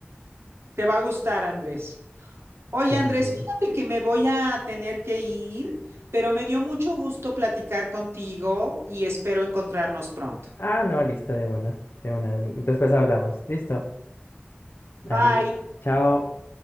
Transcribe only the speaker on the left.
Sí,
sí, sí.
Ah, no, listo, de una, de una. Después hablamos. Listo. Dale.
Chao.